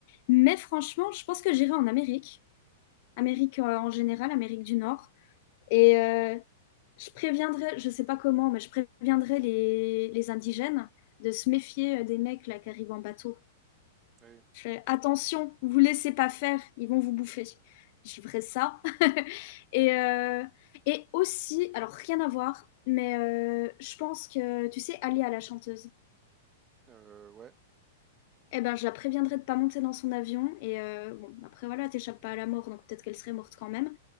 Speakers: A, on the left; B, on the right.
A: Mais franchement, je pense que j'irai en Amérique, Amérique euh, en général, Amérique du Nord. Et euh, je préviendrai, je sais pas comment, mais je préviendrai les, les indigènes de se méfier euh, des mecs là qui arrivent en bateau.
B: Oui.
A: Je fais, attention, vous laissez pas faire, ils vont vous bouffer. Je ferai ça. <laughs> et, euh, et aussi, alors rien à voir, mais euh, je pense que, tu sais, Ali la chanteuse.
B: Euh, ouais.
A: Eh ben, je la préviendrai de pas monter dans son avion. Et euh, bon, après voilà, t'échappes pas à la mort, donc peut-être qu'elle serait morte quand même.